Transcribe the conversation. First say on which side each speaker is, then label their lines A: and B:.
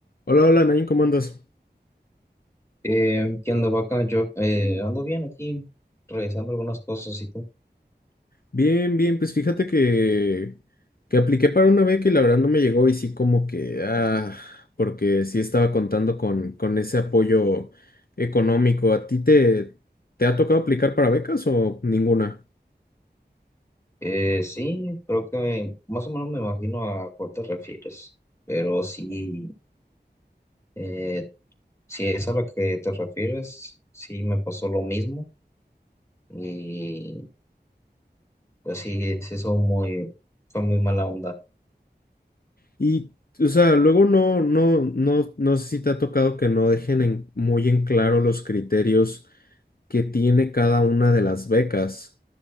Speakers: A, on the left; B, on the left.
A: Hola, hola, Nain, ¿cómo andas?
B: Eh, ¿qué onda, vaca? Yo eh, ando bien aquí, revisando algunas cosas y tú.
A: Bien, bien, pues fíjate que, que apliqué para una beca y la verdad no me llegó y sí como que, ah, porque sí estaba contando con, con ese apoyo económico. ¿A ti te, te ha tocado aplicar para becas o ninguna?
B: Eh, sí, creo que más o menos me imagino a cuál te refieres, pero sí, eh, si es a lo que te refieres, sí me pasó lo mismo y pues sí, sí son muy, son muy mala onda.
A: Y, o sea, luego no, no, no, no sé si te ha tocado que no dejen en- muy en claro los criterios que tiene cada una de las becas,